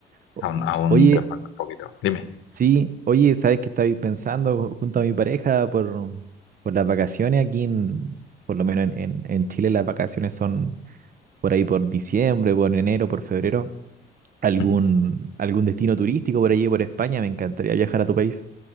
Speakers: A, on the right; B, on the left.
A: O-
B: Aún, aún
A: Oye,
B: te falta un poquito. Dime.
A: sí, oye, ¿sabes qué estaba pensando junto a mi pareja por, por las vacaciones aquí en, por lo menos en, en, en Chile las vacaciones son por ahí por diciembre, por enero, por febrero. ¿Algún,
B: Ujú.
A: algún destino turístico por allí, por España? Me encantaría viajar a tu país.